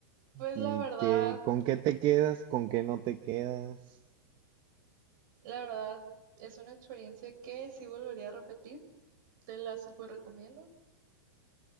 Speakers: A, on the right; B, on the right.
A: pues
B: ¿Y
A: la verdad,
B: qué, con qué te quedas, con qué no te quedas?
A: la verdad es una experiencia que sí volvería a repetir, te la súper recomiendo.